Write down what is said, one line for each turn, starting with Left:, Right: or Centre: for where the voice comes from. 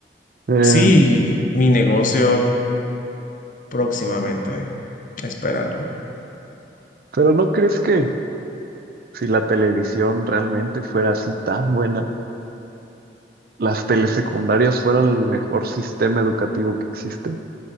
Right: Eh,
Left: Sí, mi negocio próximamente, espéralo.
Right: pero ¿no crees que si la televisión realmente fuera así tan buena, las telesecundarias fueran el mejor sistema educativo que existe?